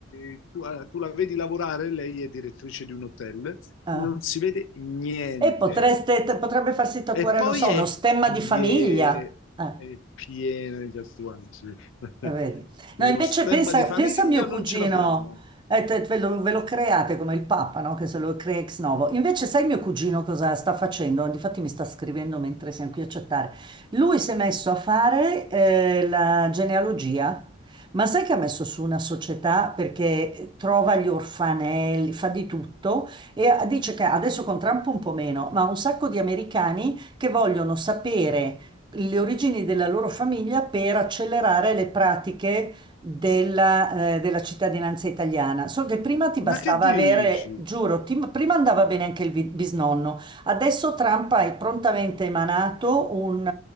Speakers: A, on the left; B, on the right.
A: eh, tu, ah, tu la vedi lavorare, lei è direttrice di un hotel,
B: ah.
A: non si vede niente.
B: E potreste, potrebbe farsi tatuare,
A: E poi
B: non so,
A: è,
B: uno stemma
A: pie-
B: di famiglia. Eh.
A: è piena di tatuaggi. <laughs>
B: Eh, vedi. No,
A: Lo
B: invece
A: stemma
B: pensa,
A: di famiglia
B: pensa a mio
A: non
B: cugino,
A: ce l'abbiamo.
B: eh, te- ve lo, ve lo create come il Papa, no? Che se lo crea ex novo. Invece sai mio cugino cosa sta facendo? Difatti mi sta scrivendo mentre siamo qui a chattare. Lui si è messo a fare eh, la genealogia, ma sai che ha messo su una società perché trova gli orfanelli, fa di tutto e dice che adesso con Trump un po' meno, ma un sacco di americani che vogliono sapere le origini della loro famiglia per accelerare le pratiche della, eh, della cittadinanza italiana. So che prima ti bastava
A: Ma che dici?
B: avere, giuro, ti- prima andava bene anche il vi- bisnonno, adesso Trump ha prontamente emanato un,